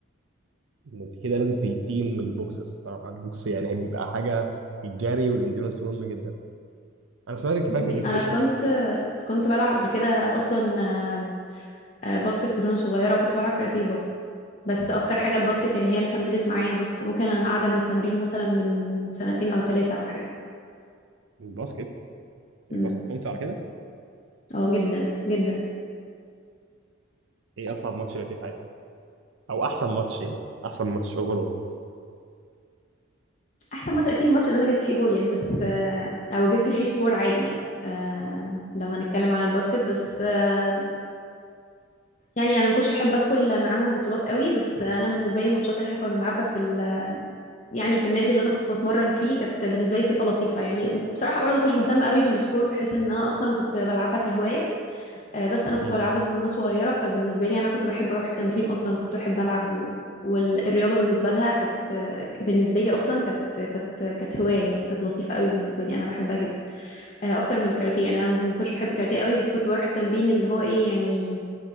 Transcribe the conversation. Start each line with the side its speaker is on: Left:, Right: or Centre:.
Right: انت كده لازم تيجي تيم البوكس الصراحة البوكس يعني بيبقى حاجة الجري والانديورنس مهم جدا انا سمعت انك
Left: يعني
Right: في النيوتريشن
Left: انا كنت كنت بلعب قبل كده اصلا آه، آه، باسكت وانا صغيره وكنت بلعب كاراتيه برضه بس اكتر حاجه الباسكت يعني هي اللي كملت معايا مس- ممكن انا قاعده من التمرين مثلا من سنتين او ثلاثه او حاجه
Right: الباسكت
Left: امم
Right: الباسكت ممتع على كده
Left: اه جدا جدا
Right: ايه اصعب ماتش لعبتيه في حياتك او احسن ماتش يعني احسن ماتش اوفرول
Left: احسن ماتش اكيد الماتش اللي انا جبت فيه جول يعني بس آه، او جبت فيه سكور عادي يعني آه، لو هنتكلم عن الباسكت بس آه، يعني انا ما كنتش بحب ادخل معاهم بطولات قوي بس انا بالنسبه لي الماتشات اللي احنا كنا بنلعبها في ال... يعني في النادي اللي انا كنت بتمرن فيه كانت بالنسبه لي تبقى لطيفه يعني بصراحه برضه كنتش بهتم قوي بالسكور بحيث ان انا اصلا كنت بلعبها كهوايه آه، بس انا كنت
Right: مم.
Left: بلعبها من وانا صغيره فبالنسبه لي انا كنت بحب اروح التمرين اصلا كنت بحب العب و... والرياضه بالنسبه لها كانت بالنسبه لي اصلا كانت كانت كانت هوايه يعني كانت لطيفه قوي بالنسبه لي انا بحبها جدا آه، اكتر من الكاراتيه يعني انا ما كنتش بحب الكاراتيه قوي بس كنت بروح التمرين اللي هو ايه يعني